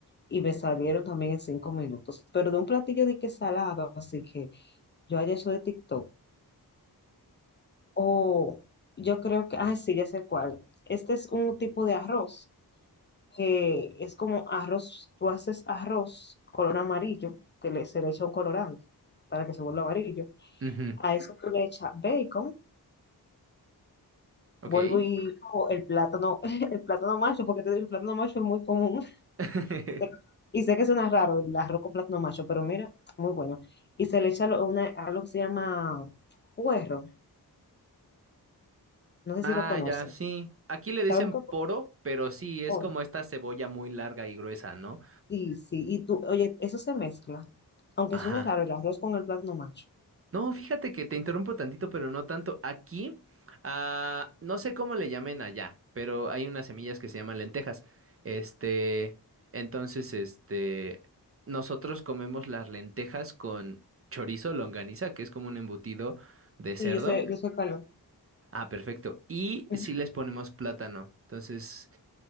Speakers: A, on the left (about 30°); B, on the right (about 35°).
A: y me salieron también en cinco minutos. Pero de un platillo de que salado, así que yo haya hecho de TikTok. O yo creo que, ah, sí, ya sé cuál. Este es un tipo de arroz que es como arroz, tú haces arroz color amarillo, que le, se le echa un colorante para que se vuelva amarillo
B: Ujú,
A: A eso tú le echas bacon.
B: Ok.
A: Vuelvo y cojo el plátano, <laughs> el plátano macho, porque te digo, el plátano macho es muy común. <laughs>
B: <laughs>
A: Sé- Y sé que suena raro el arroz con plátano macho, pero mira, muy bueno. Y se le echa lo- una, algo que se llama puerro. No sé
B: Ah,
A: si lo conoces.
B: ya, sí. Aquí le dicen
A: ¿Sabes lo que es
B: poro, pero sí, es
A: puerro?
B: como esta cebolla muy larga y gruesa, ¿no?
A: Sí, sí. Y tú, oye, eso se mezcla. Aunque
B: Ajá.
A: suene raro el arroz con el plátano macho.
B: No, fíjate que te interrumpo tantito, pero no tanto. Aquí, ah, no sé cómo le llamen allá, pero hay unas semillas que se llaman lentejas. Este, entonces, este, nosotros comemos las lentejas con chorizo, longaniza, que es como un embutido de cerdo.
A: Sí, yo sé, yo sé cuál es.
B: Ah, perfecto. Y
A: Ujú.
B: sí les ponemos plátano. Entonces,